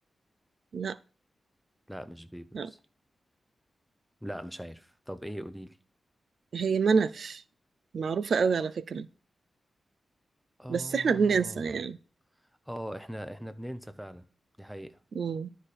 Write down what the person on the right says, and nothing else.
لا
لا
هي منف معروفة قوي على فكرة
بس احنا بننسى يعني
مم.